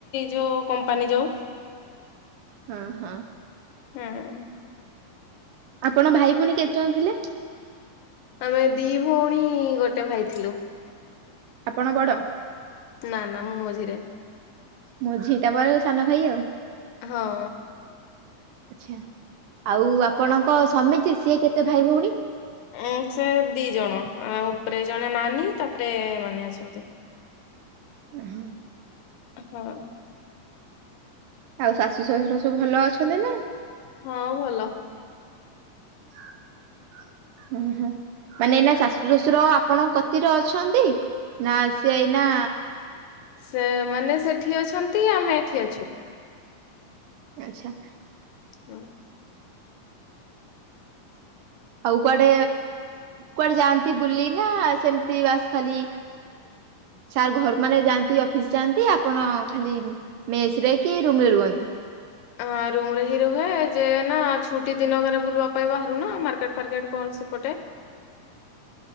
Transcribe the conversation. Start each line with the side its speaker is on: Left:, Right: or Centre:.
Left: ଯୋଉ କମ୍ପାନୀ ଯୋଉ
Right: ହଁ ହଁ।
Left: ହୁଁ।
Right: ଆପଣ ଭାଇ ଭଉଣୀ କେତେ ଜଣ ଥିଲେ?
Left: ଆମେ ଦି ଭଉଣୀ ଗୋଟେ ଭାଇ ଥିଲୁ
Right: ଆପଣ ବଡ?
Left: ନା ନା ମୁଁ ମଝିରେ।
Right: ମଝି ତାପରେ ସାନ ଭାଇ ଆଉ।
Left: ହଁ।
Right: ଆଚ୍ଛା ଆଉ ଆପଣଙ୍କ ସ୍ବାମୀ ଯିଏ ସିଏ କେତେ ଭାଇ ଭଉଣୀ?
Left: ଉ ସେ ଦି ଜଣ ଉପରେ ଜଣେ ନାନୀ ତାପରେ ମାନେ ଅଛନ୍ତି।
Right: ଓ ହୋ।
Left: ହୁଁ।
Right: ଆଉ ଶାଶୁ ଶାଶୁର ସବୁ ଭଲ ଅଛନ୍ତି ନା?
Left: ହଁ ଭଲ।
Right: <inaudible> ଓ ହୁଁ ମାନେ ଏଇନା ଶାଶୁ ଶ୍ୱଶୁର ଆପଣ କତିରେ ଅଛନ୍ତି? ନା ସିଏ ଏଇନା
Left: ସେ ମାନେ ସେଠି ଅଛନ୍ତି ଆମେ ଏଠି
Right: ଆଚ୍ଛା।
Left: ହୁଁ।
Right: ଆଉ କୁଆଡେ କୁଆଡେ ଯାଆନ୍ତି ବୁଲି ନା ସେମତି ବାସ ଖାଲି ସାର୍ ଘର ମାନେ ଯାଆନ୍ତି ଅଫିସ ଯାଆନ୍ତି ଆପଣ ଖାଲି ମେସ ରେ କି ରୁମରେ ରୁହନ୍ତି? <inaudible>
Left: ହଁ ରୁମ ରେ ହିଁ ରୁହେ ଯେ ନା ଛୁଟି ଦିନରେ ବୁଲିବା ପାଇଁ ବାହାରୁ ନା ମାର୍କେଟ ଫାର୍କେଟ କଣ ସେପଟେ?
Right: <inaudible>